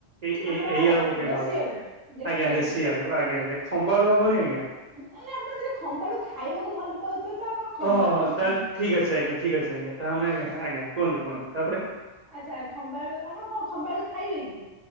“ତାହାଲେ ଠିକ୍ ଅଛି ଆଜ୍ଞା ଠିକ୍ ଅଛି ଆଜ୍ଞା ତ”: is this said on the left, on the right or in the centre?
Right